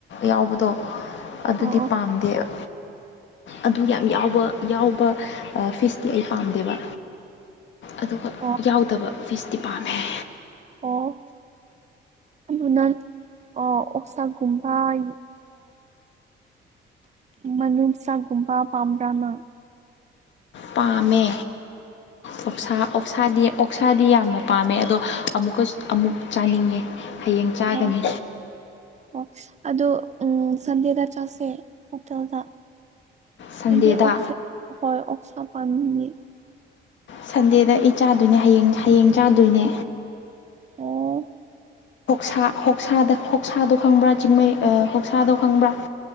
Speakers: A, on the left; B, on the right.
A: ꯌꯥꯎꯕꯗꯣ ꯑꯗꯨꯗꯤ
B: ꯑꯣ ꯑꯣ
A: ꯄꯥꯝꯗꯦꯕ ꯑꯗꯨ ꯌꯥꯝ ꯌꯥꯎꯕ ꯌꯥꯎꯕ ꯐꯤꯁꯇꯤ ꯑꯩ ꯄꯥꯝꯗꯦꯕ ꯑꯗꯨꯒ
B: ꯑꯣ
A: ꯌꯥꯎꯗꯕ ꯐꯤꯁ ꯗꯤꯄꯥꯔꯠꯃꯦꯦꯟ
B: ꯑꯣ ꯑꯗꯨꯅ ꯑꯣꯁꯥꯒꯨꯝꯕꯥꯩ ꯃꯅꯨꯡ ꯆꯥꯛꯒꯨꯝꯕ ꯄꯥꯝꯕ꯭ꯔꯥꯅ
A: ꯄꯥꯝꯃꯦ ꯄꯣꯛꯁꯥ ꯑꯣ ꯑꯣꯛꯁꯥꯗꯤ ꯑꯣꯛꯁꯥꯗꯤ ꯌꯥꯝꯅ ꯄꯥꯝꯃꯦ ꯑꯗꯣ ꯑꯃꯨꯛꯀ ꯑꯃꯨꯛ ꯆꯥꯅꯤꯡꯉꯦ ꯍꯌꯦꯡ ꯆꯥꯒꯅꯤ
B: ꯑꯣ ꯑꯣ ꯑꯗꯣ ꯎ ꯁꯟꯗꯦꯗ ꯆꯠꯁꯦ ꯍꯣꯇꯦꯜꯗ
A: ꯁꯟꯗꯦꯗ
B: ꯍꯥꯏꯗꯤ ꯑꯣ ꯍ ꯑꯣꯁꯥ ꯄꯥꯥꯟꯅꯤ
A: ꯁꯟꯗꯦꯗ ꯑꯩ ꯆꯥꯗꯣꯏꯅꯦ ꯍꯌꯦꯡ ꯍꯌꯦꯡ ꯆꯥꯗꯣꯏꯅꯦ
B: ꯑꯣ
A: ꯁ ꯍꯁꯗ ꯍꯁꯥꯗꯣ ꯈꯪꯕ꯭ꯔꯥ ꯆꯤꯡꯃꯩ ꯍꯣꯛꯁꯥꯗꯣ ꯈꯪꯕ꯭ꯔꯥ